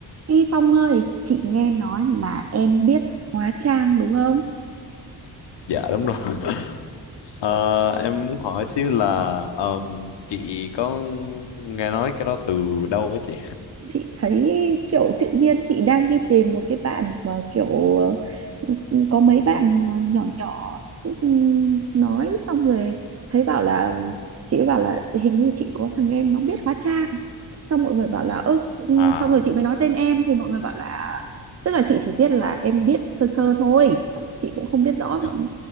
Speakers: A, on the right; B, on the left.
A: Ê Phong ơi, chị nghe nói là em biết hóa trang đúng không?
B: dạ đúng rồi <laughs> Ờ, em muốn hỏi xíu là ờm, chị có nghe nói cái đó từ đâu á chị
A: Chị thấy kiểu tự nhiên chị đang đi tìm một cái bạn mà kiểu ờ, có mấy bạn ờ, nhỏ nhỏ ừ, nói xong rồi thấy bảo là chị bảo là hình như chị có thằng em nó biết hóa trang. Xong mọi người bảo là ơ ừ,
B: à
A: xong rồi chị mới nói tên em thì mọi người bảo là tức là chị chỉ biết là em biết sơ sơ thôi. Chị cũng không biết rõ
B: dạ
A: bọn